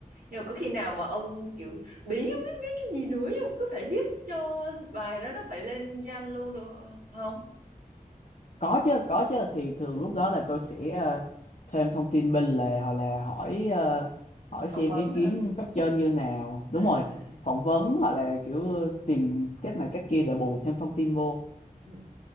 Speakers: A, on the right; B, on the left.
A: Nhưng mà có khi nào mà ông kiểu bí không biết viết cái gì nữa nhưng mà cứ phải viết cho bài đó nó phải lên danh luôn được ờ, không?
B: có chứ có chứ thì thường
A: Ừ.
B: lúc đó là tôi sẽ ờ, thêm thông tin bên lề hoặc là hỏi ờ, hỏi
A: Phỏng
B: xem
A: vấn
B: ý
A: hả?
B: kiến cấp trên như nào đúng
A: À,
B: rồi
A: à.
B: phỏng vấn hoặc là kiểu tìm cách này cách kia để bù thêm thông tin vô
A: Ừ.